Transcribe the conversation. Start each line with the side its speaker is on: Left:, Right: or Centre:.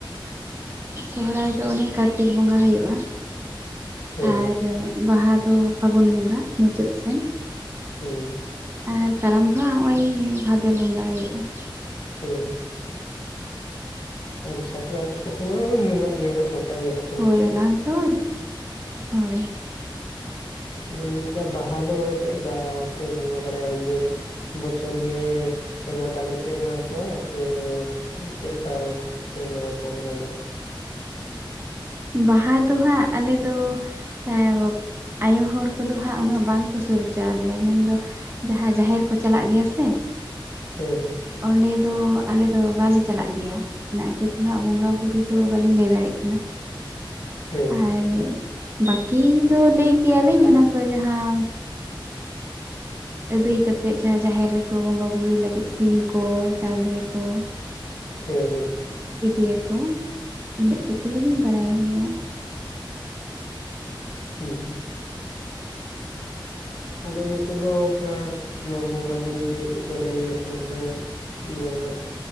Right: ᱥᱚᱨᱚᱦᱨᱟᱭ ᱫᱚ ᱚᱱᱮ ᱠᱟᱨᱛᱤᱠ ᱵᱚᱸᱜᱟ ᱦᱩᱭᱩᱜ-ᱟ,
Left: ᱦᱮᱸ
Right: ᱟᱨ ᱵᱟᱦᱟ ᱫᱚ ᱯᱷᱟᱹᱜᱩᱱ ᱵᱚᱸᱜᱟ ᱢᱩᱪᱟᱹᱫ ᱥᱮᱱ ᱾
Left: ᱦᱩᱸ᱾
Right: ᱟᱨ ᱠᱟᱨᱟᱢ ᱫᱚ ᱦᱟᱸᱜ ᱱᱚᱼᱚᱭ ᱵᱷᱟᱫᱚᱨ ᱵᱚᱸᱜᱟ ᱦᱩᱭᱩᱜᱼᱟ᱾
Left: ᱦᱩᱸ᱾ ᱟᱨ ᱥᱟᱠᱨᱟᱛ ᱠᱚᱦᱚᱸ ᱢᱟ ᱢᱮᱱᱟᱜ ᱜᱮᱭᱟ ᱦᱟᱸᱜ ᱜᱚᱴᱟ ᱜᱮ ᱦᱟᱸᱜ ᱾
Right: ᱦᱳᱭ ᱚᱱᱟ ᱫᱚ ᱦᱳᱭ ᱾
Left: ᱤᱧ ᱫᱩᱧ ᱞᱟᱹᱭᱫᱟ ᱵᱟᱦᱟ ᱫᱚ ᱪᱮᱫ ᱞᱮᱠᱟ ᱯᱮ ᱵᱚᱸᱜᱟ ᱵᱟᱲᱟᱭᱟ, ᱡᱮ ᱵᱚᱪᱷᱚᱨ ᱜᱮ ᱥᱮᱬᱟ ᱫᱟᱲᱮ ᱯᱮ ᱮᱢᱟ ᱠᱚᱣᱟ ᱥᱮ ᱪᱮᱫᱠᱟ? ᱯᱮ ᱮᱢᱟ ᱠᱚᱣᱟ ᱚᱱᱟ ᱫᱚ ᱾
Right: ᱵᱟᱦᱟ ᱫᱚ ᱦᱟᱸᱜ ᱟᱞᱮ ᱫᱚ ᱮᱸ ᱟᱭᱳ ᱦᱚᱲ ᱠᱚᱫᱚ ᱦᱟᱸᱜ ᱩᱱᱟᱹᱜ ᱵᱟᱝ ᱠᱚ ᱥᱩᱨ ᱦᱚᱪᱚ ᱟᱞᱮᱭᱟ ᱢᱮᱱᱫᱚ ᱡᱟᱦᱟᱸᱭ ᱡᱟᱦᱮᱨ ᱠᱚ ᱪᱟᱞᱟᱜ ᱜᱮᱭᱟ ᱥᱮ
Left: ᱦᱮᱸ ᱦᱮᱸ,
Right: ᱚᱸᱰᱮ ᱫᱚ ᱟᱞᱮ ᱫᱚ ᱵᱟᱞᱮ ᱪᱟᱞᱟᱜ ᱜᱮᱭᱟ। ᱚᱱᱟ ᱠᱷᱟᱹᱛᱮ ᱦᱟᱸᱜ ᱵᱚᱸᱜᱟᱼ ᱵᱩᱨᱩ ᱫᱚ ᱵᱟᱹᱞᱤᱧ ᱞᱟᱹᱭ ᱫᱟᱲᱭᱟᱜ ᱠᱟᱱᱟ᱿
Left: ᱦᱮᱸ
Right: ᱟᱨ ᱵᱟᱹᱠᱤ ᱫᱚ ᱞᱟᱹᱭ ᱠᱮᱭᱟ ᱞᱤᱧ, ᱚᱱᱟ ᱠᱚ ᱡᱟᱦᱟᱸ
Left: <inaudible>
Right: ᱟᱹᱫᱟᱹᱭ ᱠᱟᱛᱮᱫ ᱡᱟᱦᱟᱸ ᱡᱟᱦᱮᱨ ᱨᱮᱠᱚ ᱵᱚᱸᱜᱟ ᱵᱩᱨᱩᱭ ᱞᱟᱹᱜᱤᱫ ᱥᱤᱢ ᱠᱚ, ᱪᱟᱣᱞᱮ ᱠᱚ
Left: ᱦᱮᱸ ᱦᱮᱸ,
Right: ᱤᱫᱤᱭᱟᱠᱚ, ᱤᱱᱟᱹᱜ ᱴᱩᱠᱩ ᱫᱚᱞᱤᱧ ᱵᱟᱲᱟᱭ ᱜᱮᱭᱟ᱾
Left: ᱦᱩᱸᱦᱩᱸ <inaudible> ᱟᱞᱮ ᱱᱚᱛᱮ ᱫᱚ ᱦᱟᱸᱜ, ᱱᱚᱣᱟ ᱵᱚᱸᱜᱟ ᱵᱩᱨᱩ ᱤᱫᱤ ᱠᱟᱛᱮᱫ ᱫᱚ ᱞᱟᱹᱭ ᱞᱮᱠᱷᱟᱱ ᱦᱟᱸᱜ ᱱᱚᱣᱟ,